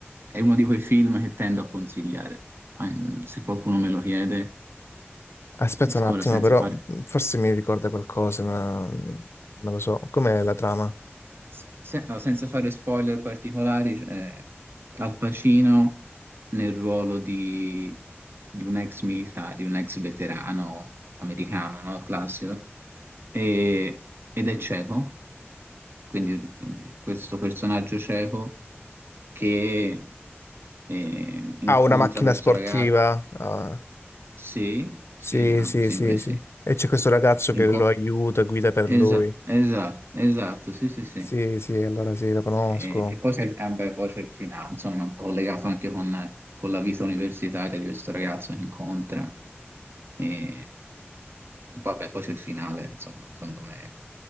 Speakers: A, on the right; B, on the left.
A: è uno di quei film che tendo a consigliare. Ah, mm, Se qualcuno me lo chiede,
B: aspetta un attimo,
A: ora senza
B: però
A: fare
B: mm, forse mi ricorda qualcosa, ma mm, non lo so. Com'è la trama?
A: Se- no, senza fare spoiler particolari, c'è Al Pacino nel ruolo di, di un ex militare, di un ex veterano americano, no? Classico, E- ed è cieco, quindi mm, questo personaggio cieco che eh, incontra
B: Ah, una macchina
A: questo
B: sportiva.
A: ragazzo.
B: Ah,
A: Sì, sì,
B: sì,
A: ah,
B: sì,
A: mi sembra
B: sì,
A: di
B: sì.
A: sì.
B: E c'è questo ragazzo che
A: Inco-
B: lo aiuta, guida per
A: esa-
B: lui.
A: esa- esatto, sì, sì, sì.
B: Sì, sì, allora sì, lo conosco.
A: E, e poi c'è il tempo e poi c'è il finale, insomma, un po' collegato anche con, con la vita universitaria di questo ragazzo che incontra. E, e poi, vabbè, poi c'è il finale, insomma, secondo me